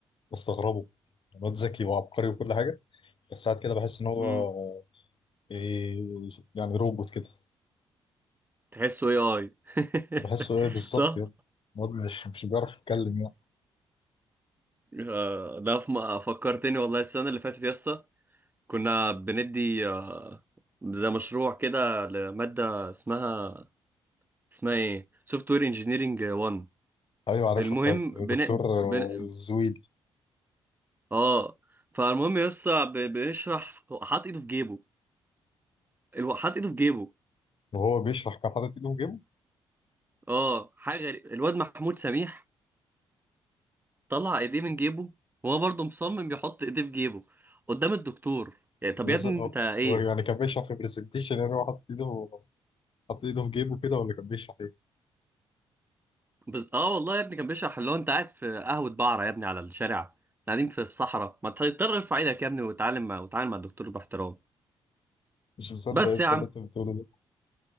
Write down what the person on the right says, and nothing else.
مم.
تحسه إيه آي <laughs>
صح؟
آه، ده في م- فكرتني والله السنة اللي فاتت يسطا كنا بندي آه، زي مشروع كده لمادة اسمها اسمها ايه سوفت وير انجينيرنج 1
المهم
بن...
بن...
اه فالمهم يسطا ب... بنشرح حاط ايده في جيبه الو... حاط ايده في جيبه
اه حاجة غريبة الواد محمود سميح طلع ايديه من جيبه وهو برضه مصمم يحط ايديه في جيبه قدام الدكتور يعني طب
يا ابني
انت ايه
بس اه والله يا ابني كان بيشرح اللي هو انت قاعد في قهوة بعرة يا ابني على الشارع إحنا قاعدين في في صحراء ما تضطر ارفع ايدك يا ابني وتعلم مع وتعلم مع الدكتور باحترام
بس
يا عم